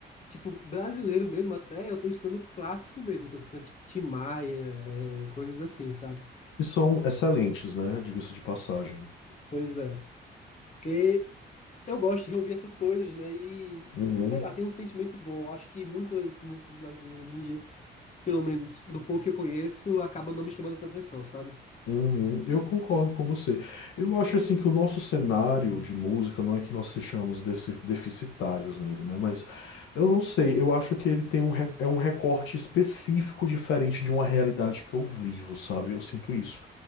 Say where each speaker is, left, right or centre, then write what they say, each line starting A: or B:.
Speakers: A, on the left; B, on the left.
A: tipo, brasileiro mesmo, até eu tô escutando clássico mesmo, eu tô escutando tipo Tim Maia, é, coisas assim, sabe?
B: E são excelentes, né? Diga-se de passagem.
A: Pois é. Porque eu gosto de reouvir essas coisas, né? E
B: Uhum,
A: sei lá, tem um sentimento bom. Acho que muitas músicas brasileiras hoje em dia, pelo menos do pouco que eu conheço, acabam não me chamando tanta atenção, sabe?
B: Uhum, eu concordo com você. Eu acho assim que o nosso cenário de música não é que nós sejamos deci- deficitários nele, né? Mas eu não sei, eu acho que ele tem um, re- é um recorte específico diferente de uma realidade que eu vivo, sabe? Eu sinto isso.